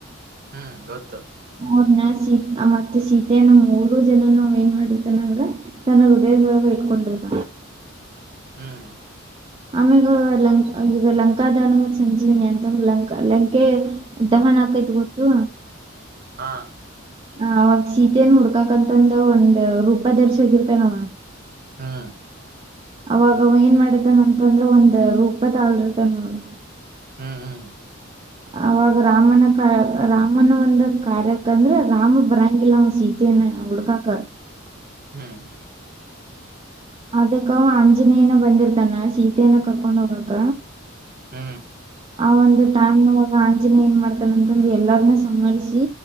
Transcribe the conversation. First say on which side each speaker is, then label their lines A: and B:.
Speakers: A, on the right; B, on the right.
A: ಹ್ಮ್ ಗೊತ್ತು
B: ಅವ್ರನ್ನ ಮತ್ತ ಸೀತೆಯನ ಮೂರು ಜನ ಏನ್ ಮಾಡಿರ್ತಾನ ಅಂದ್ರ ತನ್ನ ಹೃದಯದೊಳ ಇಟ್ಕೊಂಡಿ <inaudible>
A: ಹ್ಮ್
B: ಆಮ್ಯಾಗ ಲಂ ಈಗ ಲಂಕಾದಾನ ಮ ಸಂಜೀವಿನಿ ಅಂತಂದ್ರೆ ಲಂಕಾ ಲಂಕಗೆ ದಹನ ಆಕೈತ್ ಗೊತ್ತು
A: ಹಾ
B: ಹ ಅವಾಗ ಶೀತೇನ್ ಹುಡ್ಕಕ್ಂತಂದು ಒಂದ್ ರೂಪ ದರ್ಶೋಗಿರ್ತಾನಾವ
A: ಹಾ
B: ಅವಾಗ ಏನ್ ಮಾಡತಾನ ಅಂತಂದ್ರ ಒಂದ್ ರೂಪದ ಆಳರತ ನೋಡು
A: ಹ್ಮ್ ಹ್ಮ್
B: ಅವಾಗ ರಾಮನ ಕಾರ ರಾಮನ ಒಂದು ಕಾರ್ಯಕ್ಕ ಅಂದ್ರೆ ರಾಮ ಬರಂಗಿಲ್ಲ ಸೀತ ಹುಡುಕೋಕ
A: ಹ್ಮ್
B: ಅದಕ್ಕ ಆಂಜನೇಯನ ಬಂದಿರ್ತಾನ ಸೀತನ ಕರ್ಕೊಂಡುಹೋಗಕ
A: ಹ್ಮ್
B: ಆ ಒಂದು ಟೈಮ್ವಾಗ ಆಂಜನೇ ಏನ್ ಮಾಡ್ತಾನ ಅಂತಂದ್ರೆ ಎಲ್ಲರನ್ನೂ ಸರಿಸಿ